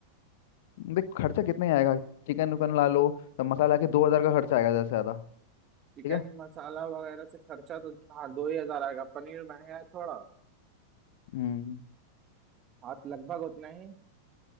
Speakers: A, on the left (about 55°); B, on the right (about 30°).
A: देख खर्चा कितने ही आएगा चिकन उकन ला लो तब मसाला के दो हजार का खर्चा आएगा ज्यादा से ज्यादा
B: चिकन
A: ठीक है
B: मसाला वगैरह से खर्चा तो हाँ दो ही हजार आएगा पनीर महंगा है थोड़ा
A: हम्म
B: हाँ तो लगभग उतना ही